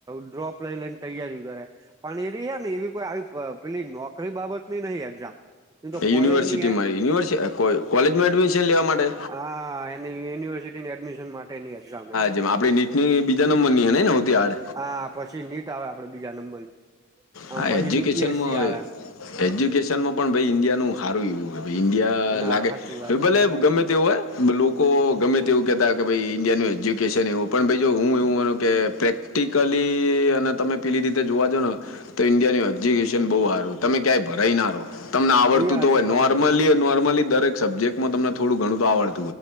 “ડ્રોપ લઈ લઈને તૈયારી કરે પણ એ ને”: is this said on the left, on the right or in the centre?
Right